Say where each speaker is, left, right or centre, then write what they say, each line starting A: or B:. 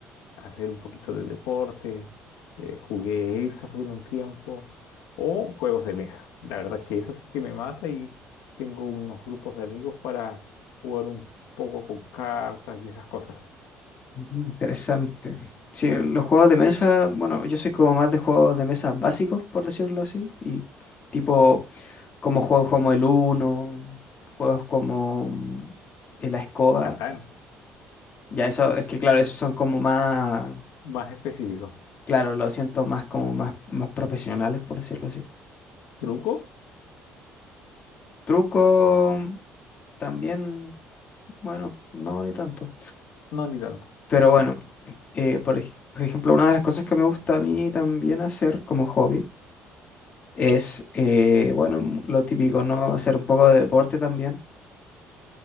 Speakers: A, on the left; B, on the left.
A: hacer un poquito de deporte, eh, jugué Airsoft en un tiempo, o juegos de mesa. La verdad es que eso sí que me mata y tengo unos grupos de amigos para jugar un poco con cartas y esas cosas.
B: Mm, Interesante. Sí, los juegos de mesa, bueno, yo soy como más de juegos de mesa básicos, por decirlo así, y tipo como juegos como el Uno, juegos como mm, eh, la escoba.
A: Catán,
B: Ya eso, es que claro, esos son como más,
A: más específico.
B: claro, lo siento más como más, más profesionales, por decirlo así.
A: ¿Truco?
B: Truco mm, también, bueno, no ni tanto.
A: No, ni tanto.
B: Pero
A: Ya,
B: bueno, eh, por ej- por ejemplo, una de las cosas que me gusta a mí también hacer como hobby es, eh, bueno, lo típico, ¿no? Hacer un poco de deporte también.